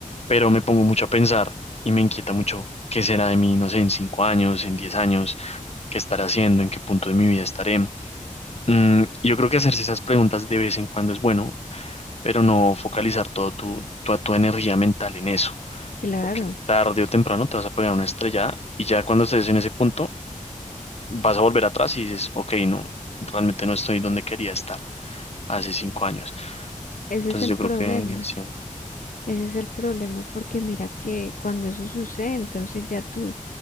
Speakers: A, on the left (about 50°); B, on the left (about 75°).
A: pero me pongo mucho a pensar y me inquieta mucho qué será de mí, no sé, en cinco años, en diez años, qué estaré haciendo, en qué punto de mi vida estaré. Mm, yo creo que hacerse esas preguntas de vez en cuando es bueno pero no focalizar todo tu, toda tu energía mental en eso,
B: claro,
A: porque tarde o temprano te vas a pegar una estrellada y ya cuando estés en ese punto vas a volver atrás y dices, ok, no, realmente no estoy donde quería estar hace cinco años.
B: ese
A: Entonces
B: es el
A: yo
B: problema.
A: creo que sí.
B: Ese es el problema porque mira que cuando eso sucede, entonces ya tú